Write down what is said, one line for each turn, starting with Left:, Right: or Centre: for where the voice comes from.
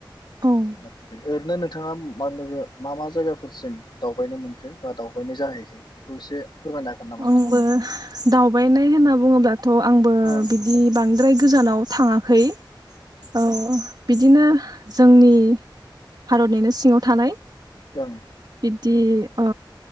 Right: औ
Left: नाथाय ओरैनो नोंथाङा मा नोंङो मा मा जायगाफोरसिम दावबायनो मोनखो बा दावबायनो जाहैखो बेखौ एसे फोरमायनो हागोन नामा
Right: आंबो
Left: नोंथाङाबो?
Right: दावबायनाय होनना बुङोब्लाथ' आंबो
Left: औ
Right: बिदि बांद्राय गोजानाव थाङाखै। औ। बिदिनो जोंनि भारतनिनो सिङाव थानाय।
Left: ओं।
Right: दि ओ